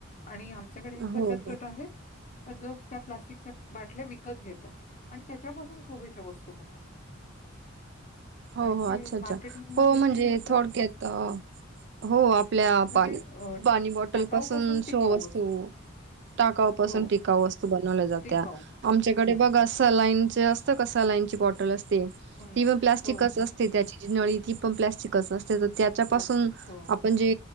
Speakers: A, on the left; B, on the right.
A: आणि आम आमच्याकडे
B: हो
A: एक बचत
B: हो
A: गट आहे. जो त्या प्लास्टिकच्या बाटल्या विकत घेता. आणि त्याच्यापासून शोभेच्या वस्तू बनवतात.
B: हो
A: आणि
B: हो
A: ते
B: अच्छा अच्छा
A: मार्केटिंगमध्ये
B: हो म्हणजे
A: ते विकतात
B: थोडक्यात
A: पण.
B: हो आपल्या
A: म्हणजे
B: पाणी
A: अ,
B: पाणी बॉटल
A: टाकाऊपासून
B: पासून शो
A: टिकाऊ
B: वस्तू टाकावपासून
A: हो,
B: टिकावू वस्तू बनवल्या जात्या
A: टिकाऊ.
B: आमच्या कडे बघा
A: हं.
B: लाईनचे अस क लाईनची बॉटल अस ते
A: हं.
B: ती पण प्लास् चिकच
A: हो,
B: असते त्याची नळी ती पण प्लास्टिकच असते. त्याच्या पाासून
A: प्लास्टिक. हो,
B: आपण जे